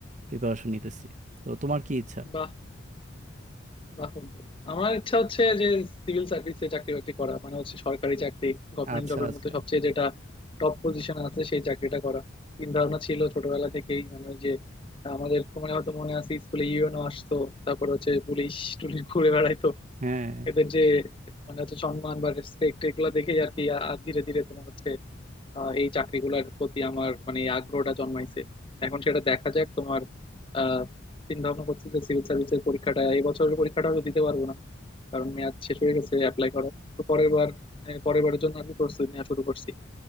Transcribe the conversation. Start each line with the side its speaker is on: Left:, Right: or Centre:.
Right: প্রিপারেশন নিতেছি তো তোমার কি ইচ্ছা
Left: বাহ বাহ বন্ধু আমার ইচ্ছা হচ্ছে যে সিভিল সার্ভিসে চাকরি বাকরি করা মানে হচ্ছে সরকারি চাকরি গভর্নমেন্ট
Right: আচ্ছা
Left: জবের
Right: আচ্ছা
Left: মধ্যে সবচেয়ে যেটা টপ পজিশন আছে সেই চাকরিটা করা চিন্তা ভাবনা ছিল ছোটবেলা থেকেই মানে ওই যে আমাদের তোমার হয়তো মনে আছে স্কুলে ইউনো আসতো তারপর হচ্ছে পুলিশ টুলিশ ঘুরে বেড়াইতো
Right: হ্যাঁ
Left: এদের যে মানে হচ্ছে সম্মান বা রেসপেক্ট এগুলো দেখেই আর কি আ- আ- ধীরে ধীরে তোমার হচ্ছে আহ, এই চাকরিগুলোর প্রতি আমার মানে এই আগ্রহটা জন্মাইছে এখন সেটা দেখা যাক তোমার আহ চিন্তা ভাবনা করছি যে সিভিল সার্ভিসের পরীক্ষাটা এই বছরের পরীক্ষাটা হয়তো দিতে পারবো না কারণ মেয়াদ শেষ হয়ে গেছে অ্যাপ্লাই করা তো পরের বার আহ, পরের বারের জন্য আর কি প্রস্তুতি নেওয়া শুরু করছি